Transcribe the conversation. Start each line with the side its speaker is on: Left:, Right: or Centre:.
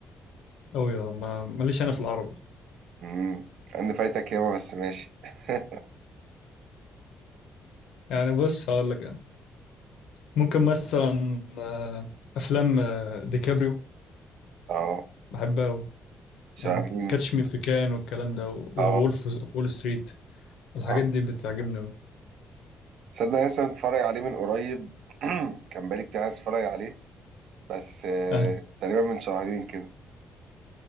Left: اوي آه، ما ماليش انا في العربي
Right: امم انا فايتك ياما بس ماشي <laughs>
Left: يعني بص هقول لك انا ممكن مثلا آه، افلام آه، ديكابريو
Right: اه
Left: بحب
Right: شبه
Left: يعني
Right: مين
Left: كاتش مي في كان والكلام ده وولف
Right: اه
Left: وول ستريت الحاجات
Right: اه
Left: دي بتعجبني أوي
Right: صدق أنا لسه متفرج عليه من قريب <clears throat> كان بقالي كتير عايز اتفرج عليه بس آه
Left: أهلا
Right: تقريبا من شهرين كده